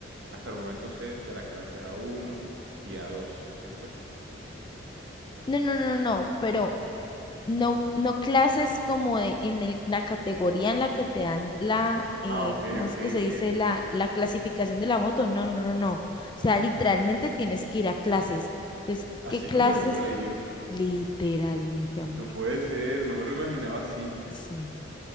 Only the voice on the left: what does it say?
No, no, no,
no, pero No, no clases como de- en el- la categoría en la que te dan la, eh,
¿cómo
es que se dice?
La, la clasificación de la moto. No, no, no, no. O sea, literalmente tienes que ir a clases. Entonces,
¿qué clases?
Literalmente, amor.
Sí,